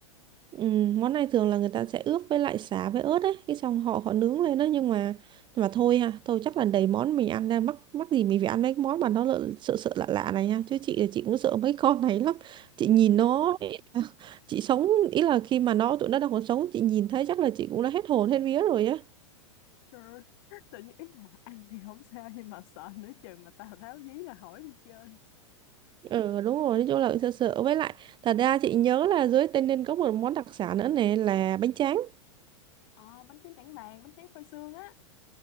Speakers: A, on the right (about 30°); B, on the left (about 50°).
A: Ừ, món này thường là người ta sẽ ướp với lại sả với ớt ấy, cái xong họ họ nướng lên đó nhưng mà nhưng mà thôi ha, thôi chắc là đầy món mình ăn ra mắc mắc gì mình phải ăn mấy cái món mà nó lợ- sợ sợ lạ lạ này nha, chứ chị chị cũng sợ mấy <laughs> con này lắm. Chị
B: <laughs>
A: nhìn nó ý là- chị sống ý là khi mà nó tụi nó đang còn sống chị nhìn thấy chắc là chị cũng đã hết hồn hết vía rồi á.
B: Trời ơi, tự nhiên ý là ăn thì không sao nhưng mà sợ nữa chừng mà Tào Tháo dí là hỏi đi chơi
A: Ừ đúng rồi, nói chung là cũng sợ sợ với lại thật ra chị nhớ là dưới Tây Ninh có một món đặc sản nữa nè là bánh tráng
B: Ờ, bánh tráng Trảng Bàng, bánh tráng phơi sương á.